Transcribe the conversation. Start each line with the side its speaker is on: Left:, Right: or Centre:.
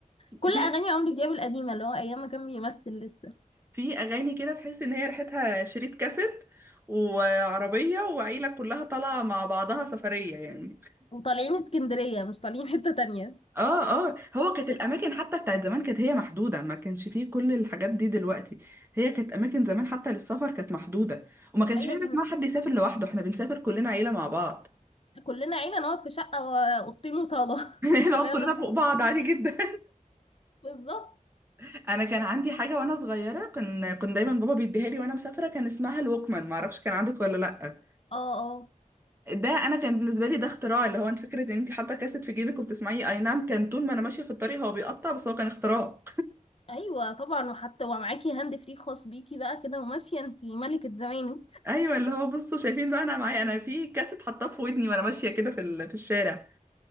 Left: كل
Right: في
Left: اغاني عمرو دياب القديمه اللي هو ايام ما كان بيمثل لسه
Right: في أغاني كده تحس إن هي ريحتها شريط كاسيت وعربية وعيلة كلها طالعة مع بعضها سفرية يعني
Left: وطالعين اسكندريه مش طالعين حته تانية
Right: اه اه هو كانت الاماكن حتى بتاعت زمان كانت هي محدوده ما كانش فيه كل الحاجات دي دلوقتي هي كانت اماكن زمان حتى للسفر كانت محدوده وما كانش
Left: ايوه
Right: فيه حاجه
Left: كان
Right: اسمها حد يسافر لوحده احنا بنسافر كلنا عيله مع بعض
Left: كلنا عينا نقعد في شقه واوضتين وصاله
Right: <laughs>
Left: <laughs>
Right: نقعد
Left: كلنا
Right: كلنا
Left: بنبقى
Right: فوق بعض
Left: مبسوطين.
Right: عادي جدا
Left: بالظبط
Right: <laughs> انا كان عندي حاجه وانا صغيره كان كنت دايما بابا بيديها لي وانا مسافره كان اسمها الوكمان ما اعرفش كان عندك ولا لا
Left: اه اه
Right: ده انا كان بالنسبه لي ده اختراع اللي هو انت فكره ان انت حاطه كاسيت في جيبك وبتسمعيه اي نعم كان طول ما انا ماشيه في الطريق هو بيقطع بس هو كان اختراع
Left: ايوه طبعا وحتى ومعاكي هاند فري خاص بيكي بقى كده وماشيه انتي ملكه زمانك
Right: ايوه اللي هو بصوا شايفين بقى انا معايا انا في كاسيت حاطاه في ودني وانا ماشيه كده في ال- في الشارع